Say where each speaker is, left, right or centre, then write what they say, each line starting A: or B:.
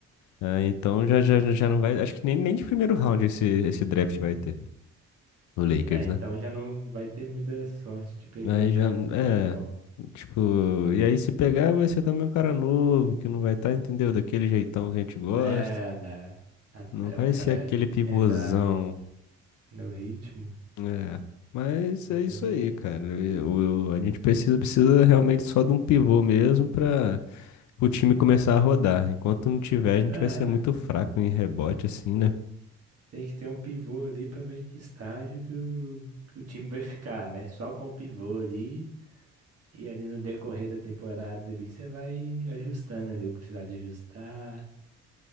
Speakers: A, on the left (about 70°); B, on the right (about 50°).
A: Ah, então já, já, já não vai. Acho que nem, nem de primeiro round esse, esse draft
B: Hum.
A: vai ter. O Lakers,
B: É, então
A: né?
B: já não vai ter muita sorte de pegar
A: Aí
B: um cara
A: já. É.
B: bom.
A: Tipo. E aí se pegar vai ser também um cara novo, que não vai estar, entendeu? Daquele jeitão que a gente gosta.
B: né? Até
A: Não vai
B: o cara
A: ser aquele pivôzão.
B: entrar no, no ritmo,
A: É. Mas
B: vai
A: é
B: ser
A: isso
B: meio
A: aí,
B: tenso.
A: cara. Eu- eu- a gente precisa, precisa realmente só de um pivô mesmo pra. o time começar a rodar. Enquanto não tiver, a gente
B: É,
A: vai ser muito fraco em rebote, assim, né?
B: tem que ter um pivô ali pra ver que estágio que o, que o time vai ficar, né? Só com o pivô ali. E ali no decorrer da temporada ali, você vai ajustando ali o que precisar de ajustar